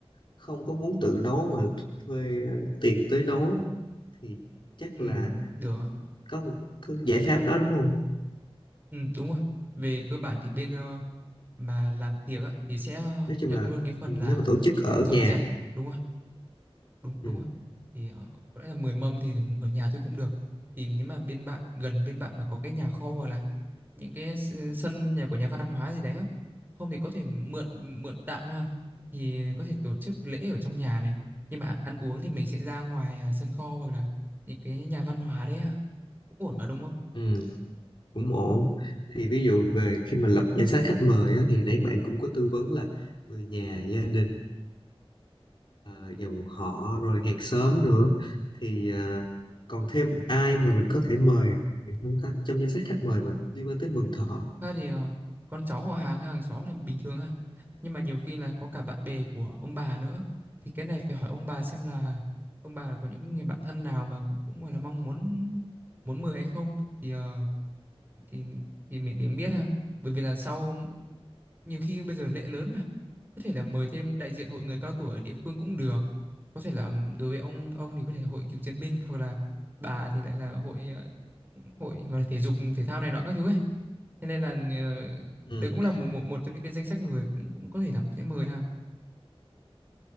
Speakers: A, on the left; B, on the right.
A: không có muốn tự nấu mà thuê ờ, tiệc tới nấu thì chắc
B: ừm,
A: là
B: được ạ.
A: có một có giải pháp đó đúng không
B: Ừm, đúng rồi. Về cơ bản thì bên ờ, mà làm tiệc á, thì sẽ ờ,
A: nói chung
B: nhận
A: là
B: luôn cái phần
A: ừ,
B: là
A: nếu mà tổ chức ở
B: dọn
A: nhà
B: dẹp đúng không? đúng đúng
A: ừ,
B: rồi thì ờ, có lẽ là 10 mâm thì ở nhà thôi cũng được thì nếu mà bên bạn gần bên bạn mà có cái nhà kho hoặc là những cái s- sân nhà của nhà văn hóa gì đấy á không thì có thể mượn mượn tạm ha thì có thể tổ chức lễ ở trong nhà này nhưng mà ăn uống thì mình sẽ ra ngoài à, sân kho hoặc là những cái nhà văn hóa đấy ha cũng ổn mà đúng không
A: ừ, cũng ổn thì ví dụ về khi mà lập danh sách khách mời á, thì nãy bạn cũng có tư vấn là người nhà gia đình ờ, dòng họ rồi hàng xóm nữa thì ờ, còn thêm ai mà mình có thể mời không ta trong danh sách khách mời mình liên quan tới Mừng Thọ
B: Thật thì ờ, con cháu họ hàng hàng xóm là bình thường à. Nhưng mà nhiều khi là có cả bạn bè của ông bà nữa. Thì cái này phải hỏi ông bà xem là ông bà có những người bạn thân nào mà cũng gọi là mong muốn muốn mời hay không. Thì ờ, thì thì mình tìm biết ha bởi vì là sau nhiều khi bây giờ lễ lớn mà có thể là mời thêm đại diện hội người cao tuổi ở địa phương cũng được có thể là đối với ông ông thì có thể là hội cựu chiến binh hoặc là bà thì lại là hội ờ, hội gọi là thể dục thể thao này nọ các thứ ấy thế nên là ờ,
A: ừ.
B: đấy cũng là một, một một trong những cái danh sách người cũng cũng có thể là sẽ mời ha